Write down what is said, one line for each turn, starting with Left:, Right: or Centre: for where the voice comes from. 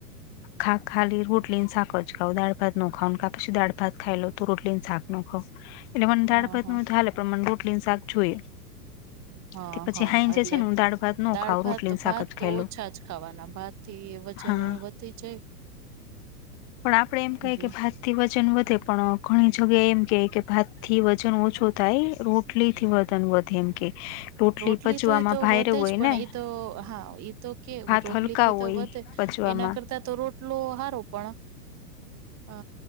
Left: ખા ખાલી રોટલી ને શાક જ ખઉ તો દાળ ભાત ન ખાઈ કા પછી દાળ ભાત ખાઇ લઉ તો રોટલી ને શાખ. મને દાળભાત
Right: હા હા
Left: ના હોય તો હાલે પણ રોટલી ને શાક જોઈએ.
Right: હા
Left: તે પછી
Right: હા
Left: હાંજે
Right: એટલે
Left: છે ને હું દાળ ભાત ન
Right: દાળ
Left: ખાવ
Right: ભાત
Left: રોટલીને
Right: તો ભાત
Left: શાક જ
Right: તો
Left: ખાઈ
Right: ઓછા
Left: લઉ
Right: જ ખાવાના ભાત થી વજન
Left: હા
Right: તે છે
Left: પણ આપડે એમ કહી
Right: એટલે
Left: કે ભાત થી વજન વધે પણ ઘણી જગ્યા એમ કે કે ભાતથી વજન ઓછો થાય રોટલી થી વજન વધે એમ કે
Right: રોટલી
Left: પચવામાં
Right: તો તે
Left: ભારે
Right: વધે
Left: હોય
Right: જ પણ
Left: ને
Right: એ તો હા એ તો કે
Left: ભાત
Right: રોટલી
Left: હલકા
Right: થી તો
Left: હોય
Right: વધે
Left: પચવામાં
Right: એના કરતા તો રોટલો હારો પણ અ